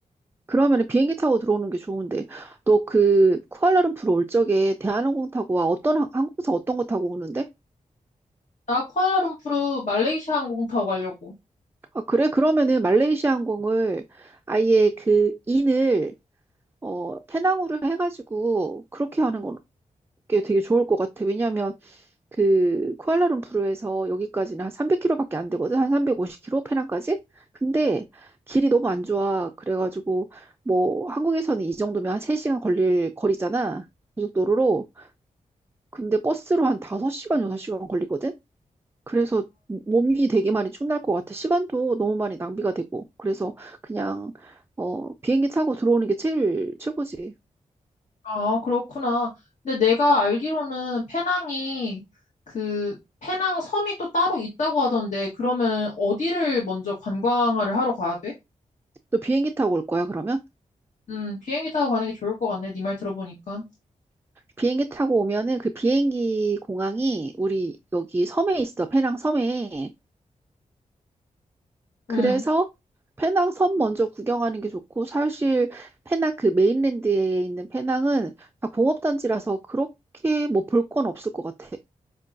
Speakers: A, on the right (about 15°); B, on the left (about 60°).
A: 그러면 은 비행기 타고 들어오는 게 좋은데. 너 그 쿠알라룸푸르 올 적에 대한항공 타고 와. 어떤 항- 항공사 어떤 거 타고 오는데?
B: 나 쿠알라룸푸르 말레이시아 항공 타고 가려고.
A: 아, 그래? 그러면은 말레이시아 항공을 아예 그 인을 어, 페낭으로 해가지고 그렇게 하는 건 게 되게 좋을 것 같아. 왜냐하면 그 쿠알라룸푸르에서 여기까지는 한 300km밖에 안 되거든. 한 350km 페낭까지. 근데 길이 너무 안 좋아. 그래가지고 뭐 한국에서는 이 정도면 한 3시간 걸릴 거리잖아. 고속도로로. 근데 버스로 한 5시간, 6시간 걸리거든. 그래서 몸이 되게 많이 축날 것 같아. 시간도 너무 많이 낭비가 되고. 그래서 그냥 어 비행기 타고 들어오는 게 제일 최고지.
B: 아, 그렇구나. 근데 내가 알기로는 페낭이 그 페낭 섬이 또 따로 있다고 하던데 그러면 어디를 먼저 관광을 하러 가야 돼?
A: 너 비행기 타고 올 거야, 그러면?
B: 음, 비행기 타고 가는 게 좋을 것 같네. 네 말 들어보니까.
A: 비행기 타고 오면은 그 비행기 공항이 우리 여기 섬에 있어. 페낭 섬에. 그래서
B: 음.
A: 페낭 섬 먼저 구경하는 게 좋고 사실 페낭 그 메인랜드에 있는 페낭은 다 공업단지라서 그렇게 뭐 볼 건 없을 것 같아.